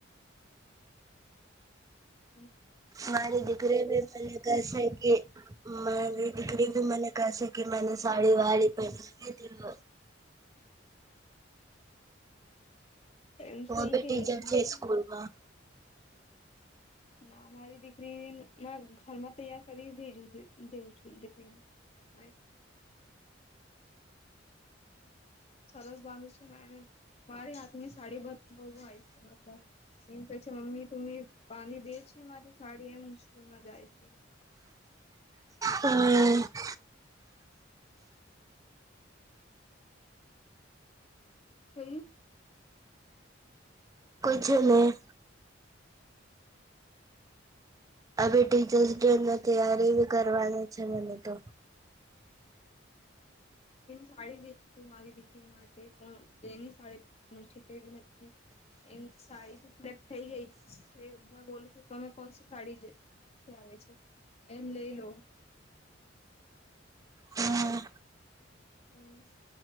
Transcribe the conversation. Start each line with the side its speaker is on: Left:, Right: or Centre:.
Left: હમ.
Right: મારી દીકરી ભી મને કહે છે કે મા દીકરી ભી મને કસે કે મને સાડી વાડી પહેની દી વ.
Left: હ એ સહી
Right: વો ભી
Left: ક
Right: ટીચર
Left: હો તુ મારી
Right: છે સ્કૂલમાં
Left: ના મારી દીકરી મે ઘરમાં તૈયાર કરી ભેજું દેઉું છું દીકરીને. સરસ બાંધી છે મેને મારે આદમી સાડી બ બુય છેછ એવું કેછે મમ્મી ત <unintelligible> પાણી દે છે માટેરી સાડી એમ સ્કૂલ માં જાય છે.
Right: હમ. <unintelligible>
Left: શું થયું?
Right: કુછની. આવે ટીચર્સ ડે ની તય્યારે બી કરવાની છે મને તો.
Left: સાડી શી મારી દીકરી માટે પણ એની સાડી છે કેવી નથી. એમ સાડીથી સિલેક્ટ થઈ ગઈ છે. મે બોલું છું તમે કોણ સ સાડી આવે છે, એમ લઈ લો.
Right: હા
Left: હમ,